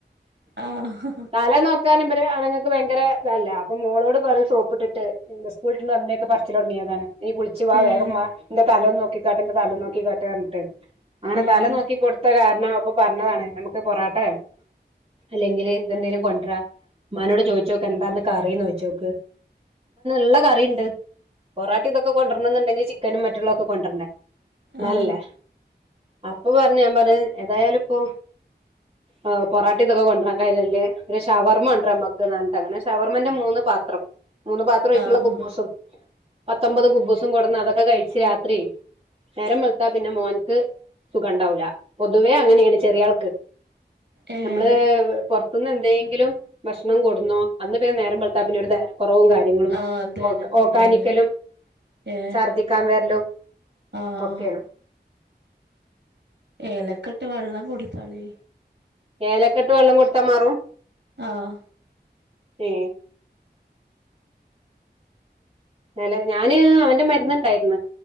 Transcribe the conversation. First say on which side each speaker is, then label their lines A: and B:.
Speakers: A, on the right; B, on the right.
A: ആഹ്
B: തല നോക് കാനുപറ അണ്ങ്ങക്ക് ഭയങ്കര താലഅപ്പൊമോളോട് പറയും സോപ്ട്ട്ട്ട് ന്ന് സ്കൂൾട്ട് വന്നേക് പർച്ചി ലോട്ങ്ങിയതാണ് ഈകുൾച്ച് വാ
A: ഏഹ്
B: വേഗംവാന്റെതലന്ന് നോക്കികാട്ട് ന്റെ തലന്ന് നോക്കിക്കാട്ട് ട്ടർണ്ട്ട് അങ്ങനെതല
A: ഏഹ്
B: നോക്കി കൊടുത്ത കാർണം അപ്പൊ പർഞ്ഞതാണ് ഞമ്മക്ക് പൊറാട്ടെ അല്ലെങ്കില് ഇതെന്തെലും കൊണ്ട്രാ മ്മാനോട്ചോയിച്ചോക്ക് എന്താന്ന് കറീന്നോയിച്ചോക്ക് ള്ളകറിണ്ട് പൊറട്ടീതൊക്ക കൊണ്ടർണം ന്ന്ണ്ടെങ്കില് ചിക്കനും മറ്റുള്ളൊക്കെ കൊണ്ടർണ്ടെ ന്നാലല്ലേ
A: ആഹ്
B: അപ്പൊപറഞ് ഞാപർഞ് ഏതായാലും ഇപ്പൊ ഏ പൊറാട്ടീ ഇതോക്കെ കൊണ്ട്രാ കതല്ലേ ഒരുഷവർമ്മണ്ട്രാ അമ്മക്ക് ന്നർഞ്ഞിട്ട് അങ്ങനെ ഷവർമ്മന്റെ മൂന്ന് പാത്രം മൂന്ന്പാത്രപത്രായിട്ട്ള്ള
A: ആഹ്
B: കുബൂസും പത്തൊമ്പത് കുബൂസും കൊട്ന്ന് അതൊക്കെകഴിച് രാത്രി നേരംവെൾത്താ പിന്നെ മോൻക്ക് സുഖംണ്ടാവൂല പൊതുവേ അങ്ങന്യേണ് ചെറിയാൾക്ക്
A: ഏ..
B: മ്മള് പോർത്ത്ന്ന്എന്തെങ്കിലും ഭക്ഷണംകൊടുന്നോ അന്ന്പിന്നെ നേരംവെൽത്താ ഒരുദഹനകൊർവുംകാര്യ ങ്ങളും
A: ആഹ് അധ്യയനത്തിണ്ടാവൂലേ
B: ഓക്ക് ഒക്കാനിക്കലും
A: ഏ
B: ഛർദ്ദിക്കാൻവർലും
A: ആഹ്
B: ഒക്കെയാണ്
A: ഏലക്കെട്ട് വെള്ളം കൊടുത്താളി
B: ഏലക്കെട്ട് വെള്ളം കൊടുത്താ മാറും
A: ആഹ്
B: ഏ നെല ഞാന് അവന്റെമര്ന്ന്ണ്ടായിര് ന്ന്